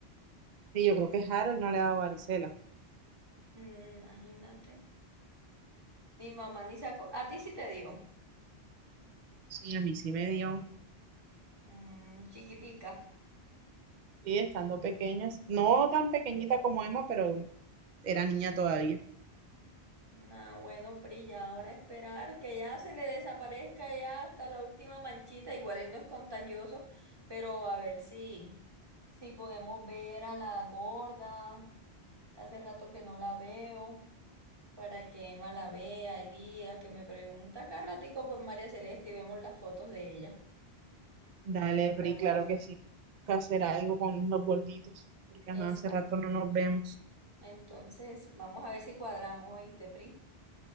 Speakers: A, on the right; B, on the right.
A: Y yo creo que Harold no le ha dado varicela.
B: Mm, imagínate. Mi mamá ni sacó, a ti sí te digo.
A: Sí, a mí sí me dio.
B: Mm, chiquitica.
A: Sí, estando pequeñas. No tan pequeñita como Emma, pero era niña todavía.
B: Nah, bueno, Pri, ya ahora esperar que ya se le desaparezca ya hasta la última manchita. Igual él no es contagioso, pero a ver si, si podemos ver a la gorda. Hace rato que no la veo. Para que Emma la vea, Elías, que me pregunta cada ratico por María Celeste y vemos las fotos de ella.
A: Dale, Pri,
B: Hermosa.
A: claro que sí. Toca hacer algo con los gorditos, porque
B: Exacto.
A: ajá, hace rato no nos vemos.
B: Entonces, vamos a ver si cuadramos, ¿oíste, Pri?